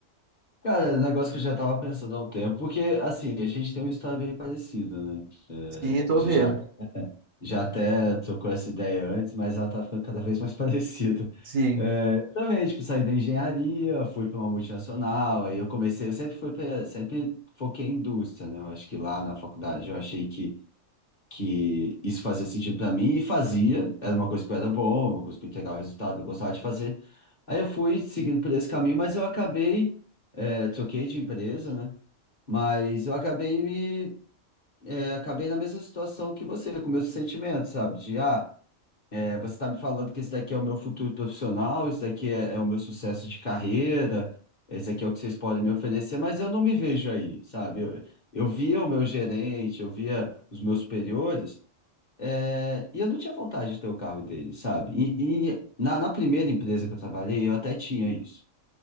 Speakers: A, on the left (about 35°); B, on the right (about 70°).
A: Cara, é um negócio que eu já tava pensando há um tempo, porque, assim, a gente tem uma história bem parecida, né? É,
B: Sim, tô
A: a gente
B: vendo.
A: já, já até trocou essa ideia antes, mas ela tá ficando cada vez mais <laughs> parecida.
B: Sim.
A: É, eu também, tipo, saí da engenharia, fui para uma multinacional, aí eu comecei, eu sempre fui para, sempre foquei em indústria, né? Eu acho que lá na faculdade eu achei que que isso fazia sentido pra mim e fazia, era uma coisa que eu era boa, uma coisa que eu entregava resultado, eu gostava de fazer. Aí eu fui seguindo por esse caminho, mas eu acabei, é, troquei de empresa, né? Mas eu acabei me, é, acabei na mesma situação que você, com meus sentimentos, sabe? De, ah, é, você tá me falando que esse daqui é o meu futuro profissional, isso daqui é, é o meu sucesso de carreira, esse daqui é o que vocês podem me oferecer, mas eu não me vejo aí, sabe? Eu, eu via o meu gerente, eu via os meus superiores, é, e eu não tinha vontade de ter o carro dele, sabe? E, e na, na primeira empresa que eu trabalhei, eu até tinha isso.